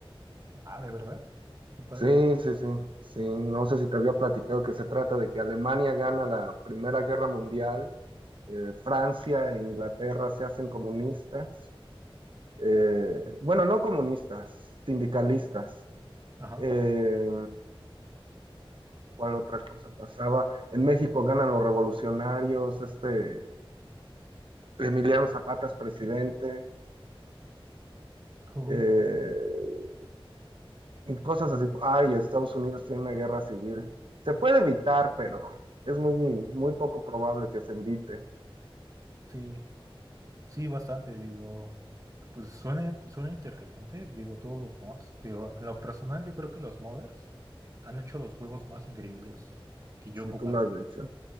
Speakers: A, on the right; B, on the right.
A: Ah, ¿de verdad? Qué padre.
B: Sí, sí, sí, sí. No sé si te había platicado que se trata de que Alemania gana la Primera Guerra Mundial, eh, Francia e Inglaterra se hacen comunistas, eh, bueno, no comunistas, sindicalistas.
A: Ajá.
B: Eh, ¿cuál otra cosa pasaba? En México ganan los revolucionarios, este, Emiliano Zapata es presidente.
A: <laughs> Uy,
B: eh, Cosas así. Ay, Estados Unidos tiene una guerra civil. Se puede evitar, pero es muy, muy poco probable que se evite.
A: sí, sí, bastante, digo. Pues suena, suena interesante, digo, todos los mods. Digo, en lo personal, yo creo que los modders han hecho los juegos más increíbles que yo
B: si
A: he jugado,
B: tú lo has dicho.